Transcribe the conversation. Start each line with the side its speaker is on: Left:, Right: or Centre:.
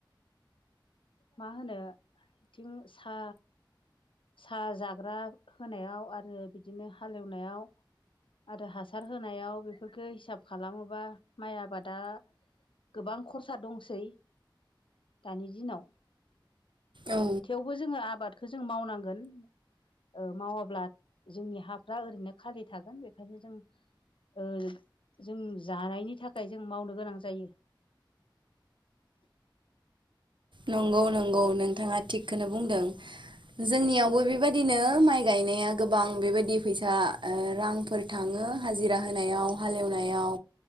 Left: मा होनो बिथिं सा सा जाग्रा होनायाव आरो बिदिनो हालेवनायाव आरो हासार होनायाव बेफोरखो हिसाब खालामोबा माइ आबादा गोबां खरसा दंसै दानि दिनाव
Right: औ
Left: थेवबो जोङो आबादखो जों मावनांगोन ओ मावाब्ला जोंनि हाफ्रा ओरैनो खालि थागोन बेखायनो जों ओ जों जानायनि थाखाय जों मावनो गोनां जायो <unintelligible>
Right: नंगौ नंगौ नोंथाङा थिगखोनो बुंदों जोंनियावबो बेबादिनो माइ गायनाया गोबां बेबायदि फैसा ओ रांफोर थाङो हाजिरा होनायाव हालेवनायाव